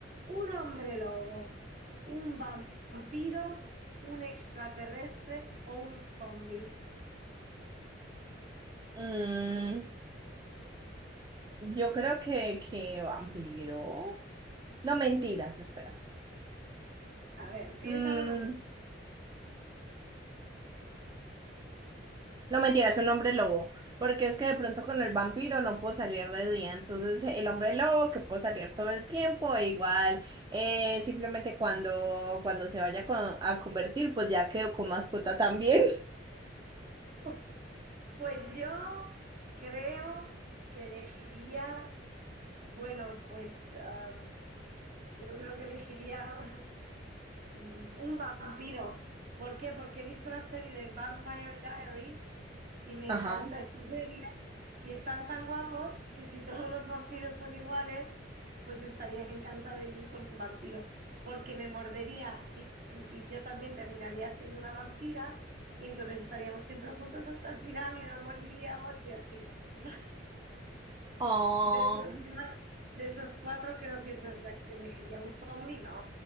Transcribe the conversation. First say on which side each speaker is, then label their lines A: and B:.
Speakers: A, on the right (about 45°); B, on the right (about 20°).
A: ¿Un hombre lobo? ¿Un vampiro? ¿Un extraterrestre o un zombie?
B: Mm, yo creo que, que vampiro. No, mentiras, espérate.
A: A ver, piénsalo
B: Mm,
A: un momento,
B: No mentira,
A: ¿eh?
B: es un hombre lobo, porque es que de pronto con el vampiro no puedo salir de día, entonces el hombre lobo que puedo salir todo el tiempo, e igual eh, simplemente cuando, cuando se vaya con- a convertir, pues ya quedo con mascota también.
A: <laughs> Pues yo creo que elegiría, bueno, pues ah, yo creo que elegiría <laughs> Mm, Un vampiro. ¿Por qué? Porque he visto la serie de Vampire Diaries y me
B: <laughs> Ajá.
A: encanta esa serie. Y están tan guapos que si todos los vampiros son iguales, pues estaría encantada de vivir con un vampiro. Porque me mordería y, y yo también terminaría siendo una vampira. Y entonces estaríamos siempre juntos hasta el final y nos moriríamos y así. <laughs> O sea,
B: Oh,
A: de esos cuatro, de esos cuatro creo que esa es la que elegiría. Un zombie no.